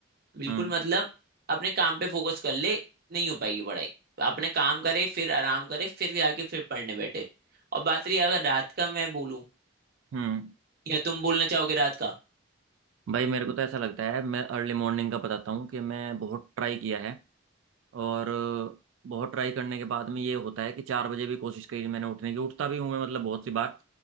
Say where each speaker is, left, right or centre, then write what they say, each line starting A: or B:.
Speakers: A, on the right; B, on the right.
A: बिल्कुल
B: हम्म
A: मतलब अपने काम पे फोकस कर ले नहीं हो पाएगी पढ़ाई अपने काम करे फिर आराम करे फिर जाके फिर पढ़ने बैठे और बात रही अगर रात का मैं बोलूं
B: हम्म
A: या तुम बोलना चाहोगे रात का
B: भाई मेरे को तो ऐसा लगता है मैं अर्ली मॉर्निंग का बताता हूँ कि मैं बहुत ट्राई किया है और अ, बहुत ट्राई करने के बाद में ये होता है कि चार बजे भी कोशिश करी मैंने उठने की उठता भी हूँ मैं मतलब बहुत सी बार